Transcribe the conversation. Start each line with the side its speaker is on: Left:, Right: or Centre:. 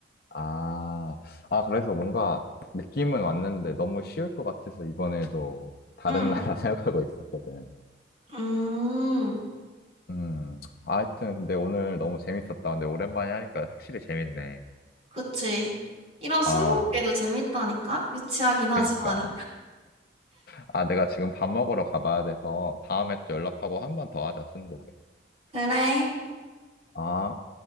Left: 아, 아, 그래서 뭔가 느낌은 왔는데 너무 쉬울 것 같아서 이번에도 다른
Right: 응,
Left: 나라 <laughs> 생각하고 있었거든.
Right: 음,
Left: 음, 아, 하여튼 근데 오늘 너무 재밌었다. 근데 오랜만에 하니까 확실히 재밌네.
Right: 그치. 이런 스무고개도
Left: 아,
Right: 재밌다니까? 유치하긴 하지만은.
Left: 그니까. 아, 내가 지금 밥 먹으러 가봐야 돼서 다음에 또 연락하고 한 번 더 하자, 스무고개.
Right: 그래.
Left: 아,